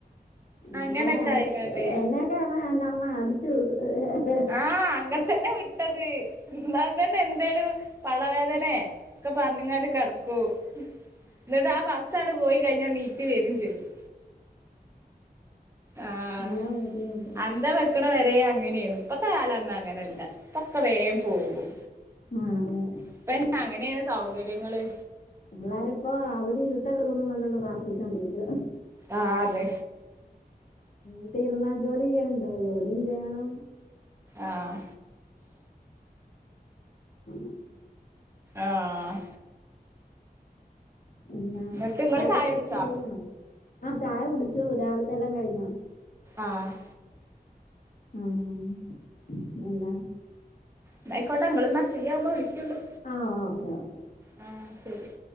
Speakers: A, on the left; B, on the right.
A: നമ്മളെ
B: അങ്ങനൊക്കെ
A: അട്
B: ആയിങ്ങാണ്ട്
A: എന്നെയെക്കെ <unintelligible> എൻ്റെമ്മ അടിച്ചു വി
B: ആഹ് അങ്ങനെ തന്നെ വിട്ടത് ഇന്നാ തന്നെ എന്തേലും പള്ളവേദനയെ ഒക്കെ പറഞ്ഞ്ങ്ങാണ്ട് കെടക്കൂം. ഇന്നിട്ട് ആ ബസ്സാണ്ട് പോയി കഴിഞ്ഞാ നീറ്റ് വരും ചെയ്യും. ആഹ്
A: എല്ലാം ബുദ്ധിമുട്ടാ
B: അന്ത വെക്കണ വരെ അങ്ങനെയിരുന്നു ഇപ്പത്തെ കാലൊന്നു അങ്ങനെ അല്ല ഇപ്പക്കെ വേം പോകും.
A: ആഹ് അതേ
B: ഇപ്പന്നെ അങ്ങനെയാണ് സൗകര്യങ്ങള്
A: പിള്ളരെപ്പോ അവധി കിട്ട ട്ടണോന്ന് വന്നോണ്ട് പ്രാർത്ഥിച്ചോണ്ടിരിക്ക.
B: ആന്ന്
A: വീട്ടി ഇരുന്നാ ജോലി ചെയ്യണ്ടേ ജോലിയും ചെയ്യണം.
B: ആഹ്
A: <unintelligible>
B: ആഹ്.
A: പിന്നെ
B: എന്നിട്ട്
A: <unintelligible>
B: ഇങ്ങള് ചായ കുടിച്ചോ
A: ആ ചായ കുടിച്ചു. ച്ചു. രാവിൽത്തെ എല്ലാം കഴിഞ്ഞോ?
B: ആഹ്
A: ആഹ് പിന്നെ
B: ന്നായ്ക്കോട്ടെ ഇങ്ങള്ന്നാ ഫ്രീയാവുമ്പോ വിളിക്ക് ക്കൊണ്ടു.
A: ആ ഓക്കെ ഓക്കെ
B: ആ ശെരി